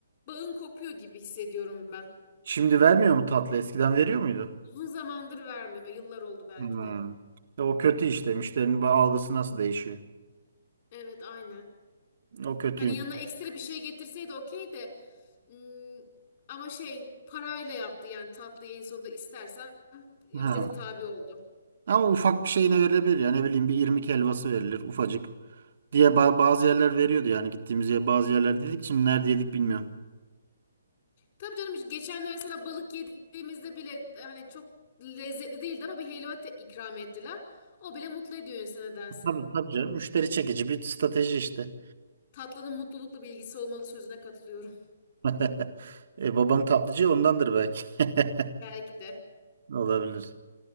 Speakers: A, on the left (about 40°); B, on the right (about 60°).
A: bağın kopuyor gibi hissediyorum ben.
B: Şimdi vermiyor mu tatlı eskiden veriyor muydu?
A: Uzun zamandır vermiyor. Yıllar oldu belki
B: Hmm.
A: de.
B: Ya O kötü işte müşterinin ba- algısı nasıl değişiyor?
A: Evet, aynen.
B: O kötüyüm.
A: Hani yanına ekstra bir şey getirseydi okey de ım, ama şey parayla yaptı yani tatlıyı en sonunda istersen ücrete
B: Ha.
A: tabi oldu.
B: Ama ufak bir şeyine verilebilir yani ne bileyim bir irmik helvası verilir ufacık. diye ba- bazı yerler veriyordu yani gittiğimiz yer bazı yerler dedik şimdi nerede yedik bilmiyorum.
A: Tabii canım geçenler mesela balık yediğimizde bile hani çok lezzetli değildi ama bir helva te- ikram ettiler. O bile mutlu ediyor insanı nedense.
B: Tabii tabii canım müşteri çekici bir strateji işte.
A: Tatlının mutlulukla bir ilgisi olmalı sözüne katılıyorum.
B: <laughs> E, babam tatlıcı ondandır belki. <laughs>
A: <laughs> Belki de.
B: Olabilir.